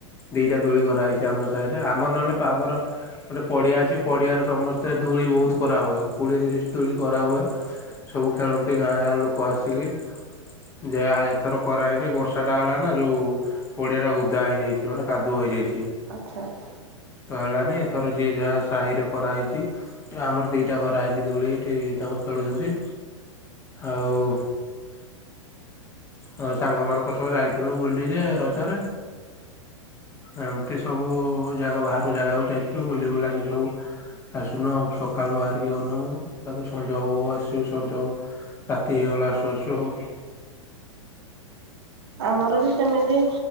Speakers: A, on the left; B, on the right.
A: ଦିଟା ଦୋଳି କରାହେଇଛି ଆମ ସାହିରେ ଆମର ନହେଲେ ଆମର ଗୋଟେ ପଡିଆ ଅଛି ପଡିଆର ସମସ୍ତେ ଦୋଳି ବହୁତ କରା ହୁଏ ଆଉ। କୋଡ଼ିଏ ତିରିଶ ଦୋଳି କରାହୁଏ ସବୁ ଖେଳନ୍ତି ଗାଁ ଗାଁ ଲୋକ ଆସିକି ଯେ ଆ ଏଥର କରାହେଇନି ବର୍ଷାଟା ହେଲା ନା ଯେଉଁ ପଡ଼ିଆଟା ଉଦା ହେଇଯାଇଛି ମାନେ କାଦୁଅ ହେଇଯାଇଛି।
B: ଆଚ୍ଛା ଆଚ୍ଛା।
A: ହେଲାଣି ଏଥର ଯିଏ ଯାହା ସାହି ରେ କରାହେଇଛି ଆମର ଦି କରା ହେଇଛି ଦୋଳି ଏଠି ତାଙ୍କ ଖେଳୁଛନ୍ତି ଆଉ ଆ ସାଙ୍ଗ ମାନଙ୍କ ସହ ଯାଇଥିଲୁ ବୁଲି ଯେ ରଜରେ ଏମିତି ସବୁ ଜାଗା ବାହାର ଜାଗାକୁ ଯାଇଥିଲୁ ବୁଲି ବୁଲାକି ସବୁ ଆସିଲୁ ଆଉ ସକାଳୁ ବାହାରିକି ଗନୁ ସଞ୍ଜ ଆସିବୁ ସଞ୍ଜ ରାତି ହେଇଗଲା ଆସୁ ଆସୁ ଆଉ
B: ଆମର ବି ସେମିତି